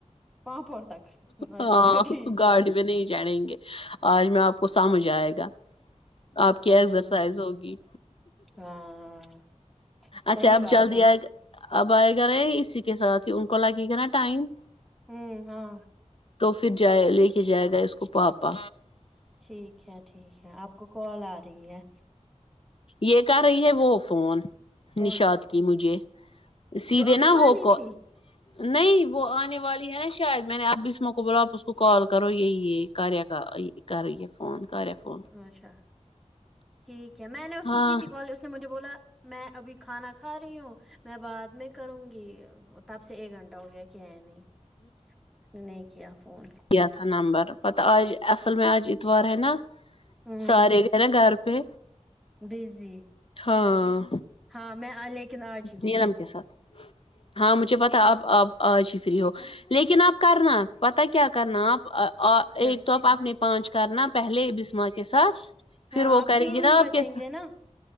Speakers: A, in the centre; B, on the left (about 50°).
A: پاپور تک
B: ہاں
A: اچھا ٹھیک
B: گاڑی
A: ہے
B: میں نہیں جڑینگے آج میں آپ کو سمجھ آئے گا اب کیا
A: اچھا
B: ایکسرسائز ہوگی
A: ہاں صحیح
B: اچھا آپ
A: بات
B: جلدی
A: ہے
B: آے تو اب آئے گا نا اسی کے ساتھ ان کو لگے گا نا ٹائم
A: ہوں ہاں
B: تو پھر جائے لے کے جائے گا اس کو پاپا
A: ٹھیک ہے ٹھیک ہے آپ کو کال آ رہی ہے
B: یہ کر رہی ہے وہ فون
A: کون
B: نشاط کی مجھے سیدھے
A: جو ابھی
B: نا
A: والی
B: وہ کو
A: تھی
B: نہیں وہ آنے والی ہے شاید میں نے اب بسما کو بولا آپ اس کو کال کرو یہی کاریہ کا کر را ہی ہے فون کرے فون
A: اچھا ٹھیک ہے میں نے اس
B: ہاں
A: کو کی تھی کال اس نے مجھے بولا میں ابھی کھانا کھا رہی ہوں میں بعد میں کروں گی تب سے ایک گھنٹہ ہو گیا کیا نہیں اس نے نہیں کیا فون
B: دیا تھا نمبر پتہ آج اصل میں آج اتوار نا
A: ہوں
B: سارے ہے نا گھر پہ
A: بزی
B: ہاں
A: ہاں میں آ لیکن آج ہی
B: نیلم
A: فری ہوں
B: کے ساتھ ہاں مجھے پتا اب آپ آج ہی فری ہو لیکن آپ کرنا پتا کیا کرنا آپ ا آ
A: کیا
B: ایک تو آپ اپنے پانچ کرنا پہلے بسما کے ساتھ پھر
A: ہاں
B: وہ
A: اب
B: کرے
A: تین
B: گی
A: ہی
B: نا
A: بچیں
B: آپ کے سا
A: گے نا